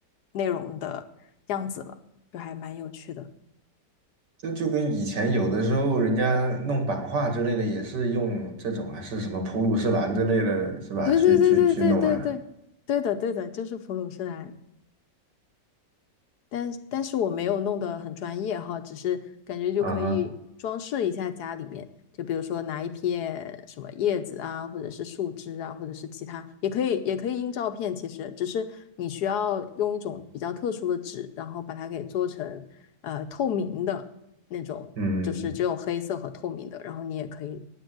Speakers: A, on the left (about 70°); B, on the right (about 85°).
A: 内容的样子了，就还蛮有趣的。
B: 这就跟以前有的时候人家弄版画之类的，也是用这种啊，是什么普鲁士蓝之类的，是吧？
A: 对对对对对对对，
B: 去去去弄啊，
A: 对的对的，就是普鲁士蓝。但但是我没有弄得很专业哈，只是感觉就可以装饰一下家里面，
B: 啊哈，
A: 就比如说拿一片什么叶子啊，或者是树枝啊，或者是其他，也可以也可以印照片，其实只是你需要用一种比较特殊的纸，然后把它给做成呃透明的那种，
B: 嗯，
A: 就是只有黑色和透明的，然后你也可以